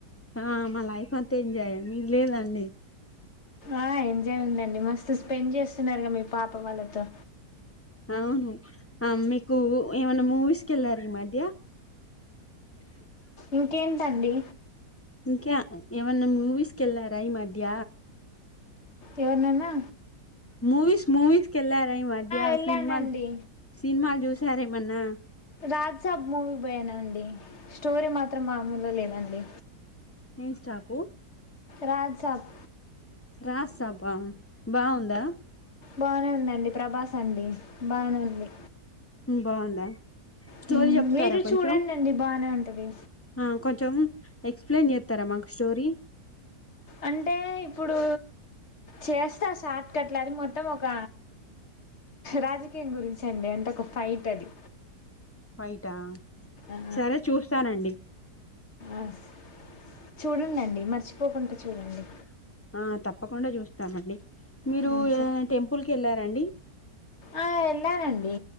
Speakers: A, on the left; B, on the left.
A: ఆ మా లైఫ్ అంతా ఎంజాయ్ ఏ మీది లేద అండి
B: ఆ ఎంజాయ్ ఉందండి మస్తు స్పెండ్ చేస్ స్తున్నారుగా మీ పాప వాళ్ళతో
A: అవును ఆ మీకు ఏమన్నా మూవీస్కిె వెళ్లార ఈ మధ్య
B: ఇంకేంటండి
A: ఇంకా ఏమన్న మూవీస్కెళ్లార ఈ మధ్య
B: ఏవర్నన్నా
A: మూవీస్ మూవీస్ కెల్ ఈమధ్య
B: వెళ్ళానండి
A: సినిమా సినిమలో చుస్ సరేమన్నా
B: రాజ్ సబ్ మూవీ కి పోయినండి స్టోరీ మాత్రం మామూలుగ లేదండి
A: ఎం స్టాపు
B: రాజ్ సబ్
A: రాజ్ సబ్ ఆ బాగుందా
B: బాగనే ఉందండి ప్రభాస్ అండి బాగనే ఉంది
A: బాగుందా స్టోరీ
B: హు
A: చెప్తారా
B: మీరు
A: కొంచెం
B: చూడండండి బాగనే ఉం ది
A: ఆ కొంచెం ఎక్స్ప్లెయిన్ చేత్తర మాకు స్టోరీ
B: అంటే ఇప్పుడు చేస్తే ఆ షార్ట్కట్లు అది మొత్తం ఒక రాజకీయం గురించి అండి అంటే ఒక ఫైట్ అది
A: ఫైట్ ఆ
B: ఆ
A: సరే చూ స్తానండి
B: ఆ చూడండండి మర్చి ప్పకుండా చూడండి
A: ఆ తప్పకుండా చూస్తామండి మీరు
B: ఉమ్ సరే
A: ఏదన్న టెంపుల్ కేళ్ళార రండి
B: ఆ వెళ్ళానండి